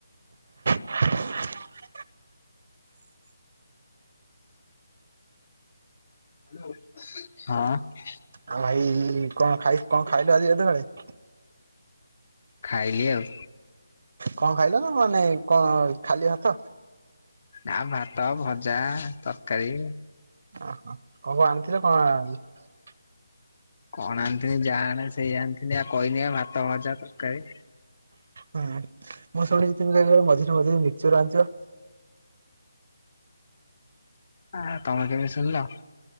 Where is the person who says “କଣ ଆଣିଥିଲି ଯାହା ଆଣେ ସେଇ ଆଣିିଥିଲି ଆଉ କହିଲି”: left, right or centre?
Left